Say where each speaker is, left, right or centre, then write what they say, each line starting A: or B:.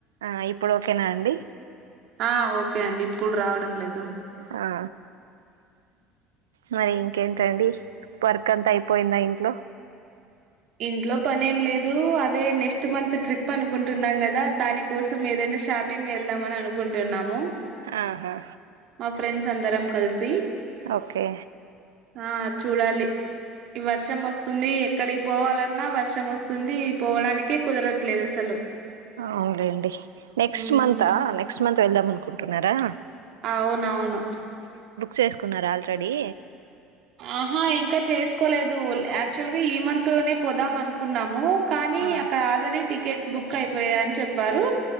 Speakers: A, on the right; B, on the right.
A: ఆ ఇప్పుడు ఓకేనా అండి
B: ఆ ఓకే అండి ఇప్పుడు రావడం లేదు
A: ఆ మరి ఇంకేంటండి వర్క్ అంతా అయిపోయిందా ఇంట్లో
B: ఇంట్లో పని ఏం లేదు అదే నెక్స్ట్ మంత్ ట్రిప్ అనుకుంటున్నాం కదా దాని కోసం ఏదనా ను షాపింగ్ వెళ్దామని అనుకుంటున్నాము
A: ఆహా
B: మా ఫ్రెండ్స్ అందరం కలిసి
A: ఓకే
B: ఆ చూడాలి ఈ వర్షం వస్తుంది ఎక్కడి పోవాలన్నా వర్షం వస్తుంది పోవడానికి కుదరట్లేదు అసలు
A: అవులేండి నెక్స్ట్
B: ఉమ్
A: మంతా నెక్స్ట్ మంత్ వెళ్దాం అనుకుంటున్నారా
B: అవునవును
A: చేసుకున్నారు ఆల్రెడీ
B: ఆహా ఇంకా చేసుకోలేదు యాక్చువల్గా ఈ మంత్ లోనే పోదాం అనుకున్నాము కానీ
A: ఆ
B: అక్కడ ఆల్రెడీ టికెట్స్ బుక్ అయిపోయా అని చెప్పారు